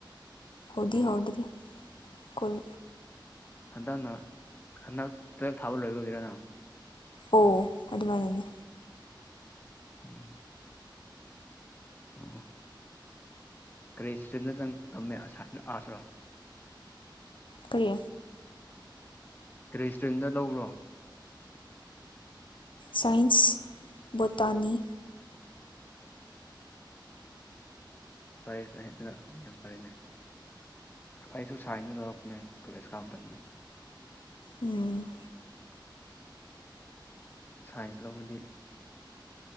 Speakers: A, on the left; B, on the left.
A: ꯍꯧꯗꯤ
B: ꯑꯣ
A: ꯍꯧꯗ꯭ꯔꯤ ꯀꫭ
B: ꯍꯟꯗꯛꯅ ꯍꯟꯗꯛ ꯇꯨꯌꯦꯜꯞ ꯐꯥꯕ ꯂꯣꯏꯕꯒꯤꯔꯅ
A: ꯑꯣ ꯑꯗꯨꯃꯥꯏꯅꯅꯤ
B: ꯎꯝ ꯎꯝ ꯀ꯭ꯔꯔꯤꯁ ꯆꯤꯟꯅꯗꯪ ꯉꯝꯃꯦꯁ ꯑꯁꯔ
A: ꯀꯔꯤ
B: ꯀꯔꯤ ꯁꯇꯔꯤꯝꯗ ꯂꯧꯕ꯭ꯔꯣ
A: ꯁꯥꯏꯟꯁ ꯚꫭꯇꯅꯤ
B: ꯐꯔꯦ ꯐꯩ ꯑꯗꯨꯅ ꯌꯥꯝ ꯐꯔꯦꯅꯦ ꯑꯩꯁꯨ ꯁꯥꯏꯅ ꯇꯧꯔꯛꯄꯅꯦ ꯀꯣꯂꯦꯖ ꯀꯥꯝꯇꯅꯦ
A: ꯎꯝ
B: ꯁꯥꯏꯟꯁ ꯂꯧꯕꯗꯤ